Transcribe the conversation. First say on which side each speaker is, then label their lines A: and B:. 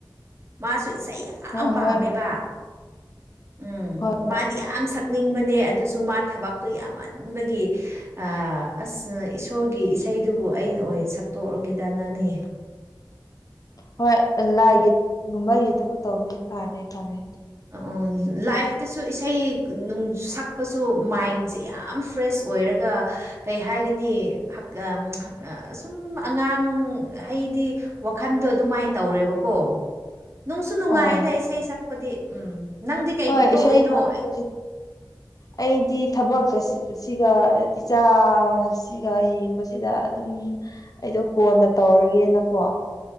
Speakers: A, on the right; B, on the left.
A: ꯃꯥꯁꯨ ꯏꯁꯩ ꯌꯥꯝ ꯌꯥꯝ
B: ꯍꯣꯏ
A: ꯄꯥꯝꯃꯦꯕ
B: ꯍꯣꯏ
A: ꯎꯝ
B: ꯍꯣꯏ
A: ꯃꯥꯗꯤ ꯌꯥꯝ ꯁꯛꯅꯤꯡꯕꯅꯦ ꯑꯗꯨꯁꯨ ꯃꯥ ꯊꯕꯛꯇꯨ ꯌꯥꯝꯃꯟꯕꯒꯤ ꯑꯥ ꯑꯁ ꯏꯁꯣꯔꯒꯤ ꯏꯁꯩꯗꯨꯕꯨ ꯑꯩꯅ ꯑꯣꯏꯅ ꯁꯛꯇꯣꯛꯑꯒꯦꯗ ꯅꯅꯦ
B: ꯍꯣꯏ ꯂꯥꯏꯒꯤꯒꯨꯝꯕꯒꯤ ꯊꯕꯛ ꯇꯧꯕꯗꯤ ꯐꯔꯦ ꯐꯔꯦ
A: ꯑꯥ ꯂꯥꯏꯐꯇꯁꯨ ꯏꯁꯩ ꯅꯨꯡ ꯁꯛꯄꯁꯨ ꯃꯥꯏꯟꯁꯦ ꯌꯥꯝ ꯐ꯭ꯔꯦꯁ ꯑꯣꯏꯔꯒ ꯀꯩ ꯍꯥꯏꯒꯅꯤ ꯍꯛ ꯑꯁꯨꯝ ꯑꯉꯥꯡ ꯍꯩꯗꯤ ꯋꯥꯈꯟꯗꯣ ꯑꯗꯨꯃꯥꯏ ꯇꯧꯔꯦꯕꯀꯣ ꯅꯨꯡꯁꯨ ꯅꯨꯡꯉꯥꯏꯗ
B: ꯑꯥ
A: ꯏꯁꯩ ꯁꯛꯄꯗꯤ ꯎꯝ ꯅꯪꯗꯤ ꯀꯩꯒꯤ
B: ꯍꯣꯏ
A: ꯇꯣꯛꯏꯅꯣ
B: ꯏꯁꯩ ꯁꯛꯄꯗꯤ
A: ꯑꯩ
B: ꯑꯩꯗꯤ ꯊꯕꯛ ꯀꯁꯤ ꯁꯤꯒ ꯏꯆꯥ ꯁꯤꯒ ꯌꯦꯡꯕꯁꯤꯗ ꯑꯗꯨꯝ ꯑꯩꯗꯣ ꯀꯣꯟꯅ ꯇꯧꯔꯒꯦꯅꯀꯣ